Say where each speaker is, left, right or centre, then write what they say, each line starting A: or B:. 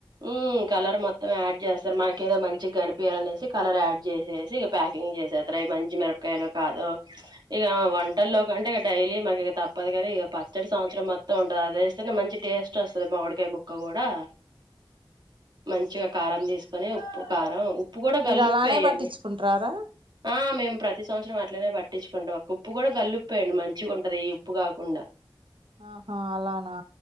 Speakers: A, on the right; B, on the right.
A: ఉ కలర్ మొత్తం యాడ్ చేస్తారు మనకు ఏదో మంచిగా కనిపయాలనేసి కలర్ యాడ్ చేసేసి క్లీన్ చేసేస్తారా అయి మంచి మిరపకాయలో కాదో ఇక వంటల్లో కంటే ఇ డైలీ మరి తప్ప కాని ఇక పచ్చడి సంవత్సరం మొత్తం ఉండదు అదిేస్తేనే మంచి టేస్ట్ వస్తుది మామిడికాయ ముక్క కూడా మంచిగా కారం తీసుకొని ఉప్పు కారం ఉప్పు ఉప్పు కూడా
B: మీరు
A: కల్లుప్పు
B: అలానే
A: వెయ్యండి
B: పట్టించుకుంటారారా
A: ఆ మేము ప్రతి సంవత్సరం ఇట్లనే పట్టించుకుంటాం ఓక ఉప్పు కూడా గల్లిప్పేయండి మంచిగా ఉంటది ఈ ఉప్పు కాకుండా
B: ఆహా అలానా